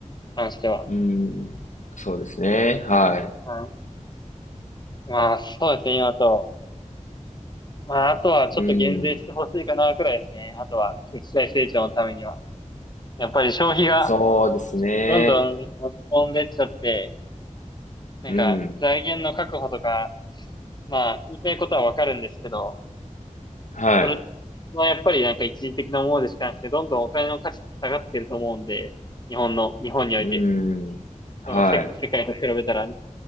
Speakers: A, on the left (about 35°); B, on the left (about 70°).
A: 関しては。
B: うん、そうですね。はい。
A: はい。まあそうですね。今と。まああとはちょっと減税してほしいかなくらいですね。
B: うん、
A: あとは経済成長のためには。やっぱり消費が
B: そうですね。
A: どんどん落ち込んでっちゃって、なんか財源の確保とか、
B: うん、
A: まあ言いたいことはわかるんですけど、
B: はい。
A: それはやっぱりなんか一時的なものでしかなくて、どんどんお金の価値って下がってると思うんで、日本の、日本において、
B: うん、はい。
A: その世、世界と比べたら、